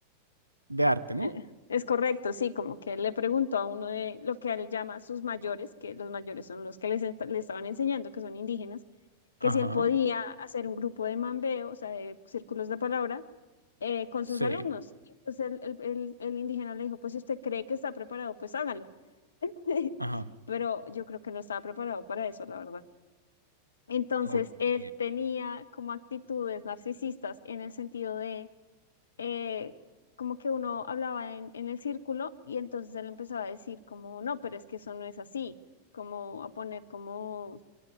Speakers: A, on the right (about 85°); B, on the left (about 70°).
A: de arte, ¿no?
B: Eh, Es correcto, sí, como que él le preguntó a uno de lo que él llama sus mayores, que los mayores son los que les esta- le estaban enseñando, que son indígenas, que
A: Ajá,
B: si él podía hacer un grupo de mambeo, o sea, de círculos de palabra, eh, con
A: sí,
B: sus alumnos. Y entonces el, el- el- el indígena le dijo, pues si usted cree que está preparado, pues hágalo. <laughs>
A: ajá.
B: Pero yo creo que no estaba preparado para eso, la verdad. Entonces
A: Ok.
B: él tenía como actitudes narcisistas en el sentido eh, como que uno hablaba en, en el círculo y entonces él empezaba a decir como, no, pero es que eso no es así, como a poner como